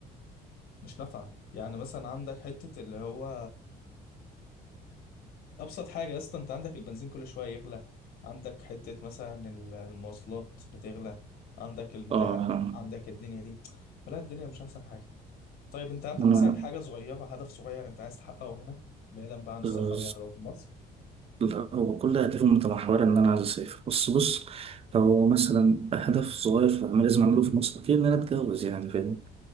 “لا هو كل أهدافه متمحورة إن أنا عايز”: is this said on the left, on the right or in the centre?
Right